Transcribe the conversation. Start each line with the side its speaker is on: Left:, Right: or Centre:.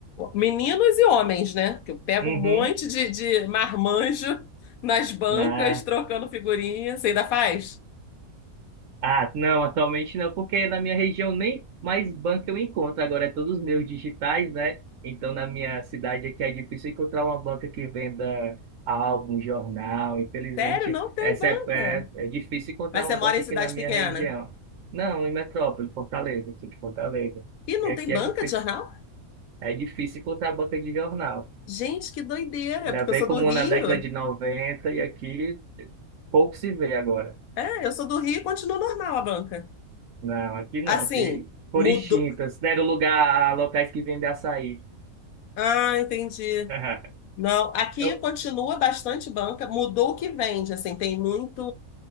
Left: Meninos e homens, né? Que eu pego
Right: Uhum.
Left: um monte de, de marmanjo nas bancas,
Right: Na...
Left: trocando figurinha. Você ainda faz?
Right: Ah, não, atualmente não, porque na minha região nem mais banco eu encontro. Agora é todos meus digitais, né? Então na minha cidade aqui é difícil encontrar uma banca que venda álbum, jornal. Infelizmente,
Left: Sério, não tem
Right: essa
Left: banca.
Right: é, é, é difícil encontrar
Left: Mas
Right: uma
Left: você mora
Right: banca
Left: em
Right: aqui
Left: cidade
Right: na minha
Left: pequena.
Right: região. Não, em Metrópole, Fortaleza, sou de Fortaleza.
Left: E não
Right: E aqui
Left: tem banca
Right: é difícil,
Left: de jornal?
Right: é difícil encontrar banca de jornal.
Left: Gente, que doideira,
Right: Era
Left: porque
Right: bem
Left: eu sou
Right: comum
Left: do Rio.
Right: na década de 90 e aqui pouco se vê agora.
Left: É, eu sou do Rio e continua normal a banca.
Right: Não, aqui não,
Left: Assim,
Right: aqui foram
Left: mudou.
Right: extintas, deram lugar a locais que vendem açaí.
Left: Ah, entendi.
Right: <laughs>
Left: Não, aqui
Right: Eu,
Left: continua bastante banca, mudou o que vende, assim, tem muito.